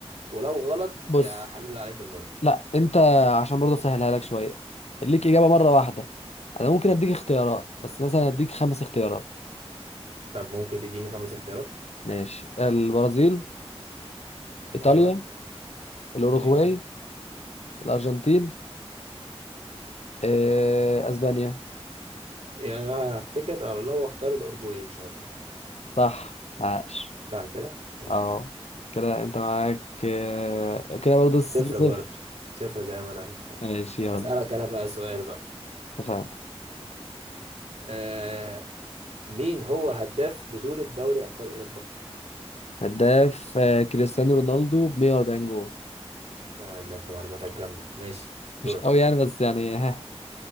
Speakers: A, on the right (about 75°); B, on the left (about 80°).
A: ولو غلط
B: بص
A: يا حلل عليك النقطه
B: لا انت عشان برضه اسهلها لك شويه ليك اجابه مره واحده انا ممكن اديك اختيارات بس مثلا اديك خمس اختيارات
A: طب ممكن تديني خمس اختيارات
B: ماشي البرازيل ايطاليا
A: ايوه
B: الاوروغواي
A: ماشي
B: الارجنتين آه، اسبانيا
A: يعني انا هتكل على الله واختار الاورجواي ان شاء الله
B: صح عاش
A: صح كده ماشي
B: اه كده انت معاك آه، كده برضه صفر
A: صفر
B: صفر
A: برضه صفر زي ما انا
B: ماشي يلا
A: اسالك انا بقى سؤال بقى
B: اتفقنا
A: آه مين هو هداف بطوله دوري ابطال اوروبا
B: هداف آه، كريستيانو رونالدو ب 140 جول
A: آه، ده انت معلوماتك جامده ماشي
B: مش
A: دورك
B: قوي يعني بس يعني ها